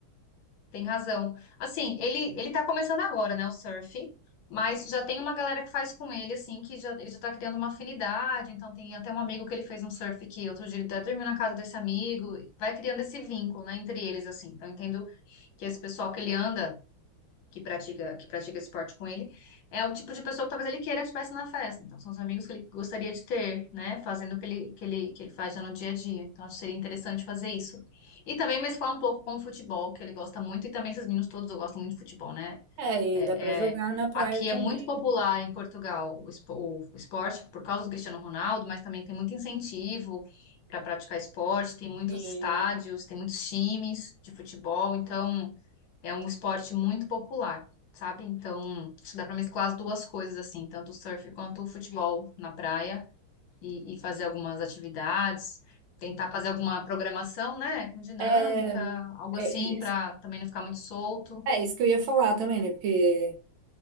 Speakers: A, on the left; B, on the right.
A: Tem razão. Assim, ele ele tá começando agora, né, o surf, mas já tem uma galera que faz com ele, assim, que já, ele já tá criando uma afinidade. Então, tem até um amigo que ele fez um surf que outro dia ele até dormiu na casa desse amigo. Vai criando esse vínculo, né, entre eles, assim. Então, eu entendo que esse pessoal que ele anda. que pratica, que pratica esporte com ele, é o tipo de pessoa que talvez ele queira que estivesse na festa. Então, são os amigos que ele gostaria de ter, né? Fazendo o que ele, que ele, que ele faz já no dia a dia. Então, acho que seria interessante fazer isso. E também mesclar um pouco com o futebol, que ele gosta muito, e também esses meninos todos gostam muito de futebol, né?
B: É, e
A: É,
B: dá pra jogar
A: é,
B: na praia
A: aqui
B: também.
A: é muito popular em Portugal o espo- o esporte por causa do Cristiano Ronaldo, mas também tem muito incentivo. Para praticar esporte, tem muitos
B: Sim.
A: estádios, tem muitos times de futebol, então é um esporte muito popular, sabe? Então, acho que dá para mesclar as duas coisas, assim, tanto o surf quanto o futebol na praia e, e fazer algumas atividades, tentar fazer alguma programação, né, com dinâmica,
B: É, é,
A: algo assim,
B: é
A: para
B: isso
A: também não ficar muito solto.
B: é isso que eu ia falar também, né? Porque